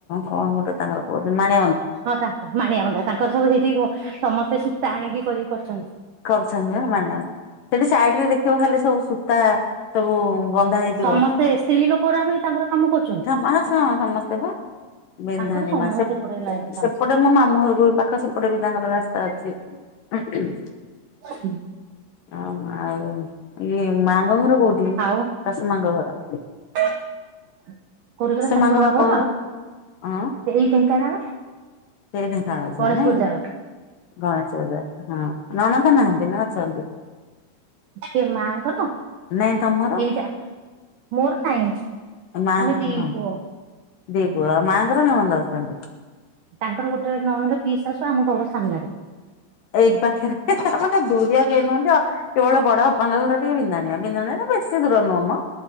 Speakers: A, on the left; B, on the right.
A: କଣ ଗୋଟେ ତାଙ୍କର କହୁ ମା
B: ହଁ ତାଙ୍କ ମାଣିଆ ବନ୍ଧା ତାଙ୍କର ସବୁ ସେଇଠି ସମସ୍ତେ ସୂତା ଆଣିକି କରିକି କରଛନ୍ତି।
A: କରୁଛନ୍ତି ବା ମାନେ ସେଠି ସାଇଡ ରେ ଦେଖିବ ଖାଲି ସବୁ ସୂତା ସବୁ। ବନ୍ଧା ହେଇଥିବ।
B: ସମସ୍ତେ ସ୍ତ୍ରୀ ଲୋକ ଗଡା ଭି ତାଙ୍କର କାମ କରୁଛନ୍ତି।
A: ମା ହ ସମସ୍ତେ ପା ବିନ୍ଧଣୀମା
B: ତାଙ୍କର ସମସ୍ତେ
A: ସ
B: ଏପଟେ ଲାଇନ କାମ
A: ସେପଟେ ମୋ ମାମୁଁ ଘରକୁ ବି ପାଖ ସେପଟେ ବି ତାଙ୍କର ରାସ୍ତା ଅଛି।
B: ହୁଁ
A: ହ ଆଉ ଇଏ ମାଙ୍କ ଘର କୋଉଠି
B: ଆଉ
A: ଚାଷ ମାଙ୍କ ଘର।
B: କୋଉଠି କହିଲ ଶାଶୁ
A: ମାଙ୍କ
B: ମାଙ୍କର
A: ବାପ ଘର
B: ସେ
A: ହଁ
B: ଏଇ ଢେଙ୍କାନାଳ।
A: ସେଇ ଦେ ଖାିବ
B: ଗଣେଶ
A: ନା
B: ବଜାର
A: ଏଇ ଗଣେଶ ଚୌଜାର ହଁ ନନନ୍ଦ ନାହାନ୍ତି ନା ଅଛନ୍ତି।
B: ସେ ମାଆଙ୍କର।
A: ନାଇଁ ତମର
B: ଏଇଟା ମୋର ନାଇଁ
A: ମା
B: ଆମେ ଦି
A: ହଁ
B: ପୁଅ।
A: ଦି ପୁଅ ମାଙ୍କର ନନନ୍ଦ ଅଛନ୍ତି।
B: ତାଙ୍କର ଗୋଟେ ନନନ୍ଦ ପିଇସି ଶାଶୁ ଆମ ଘର ସାମ୍ନାରେ।
A: ଏଇଠି ପାଖରେ ତାମାନେ ଦୁରିଆ ଦେଇ ନାହାନ୍ତି ଆଉ କେବଳ ବଡବାପାଙ୍କ ଘର ଟିକେ ବିଧା ନିଆ ବିନ୍ଧାନ ନା ବେଶି ଦୂର ନୁହମ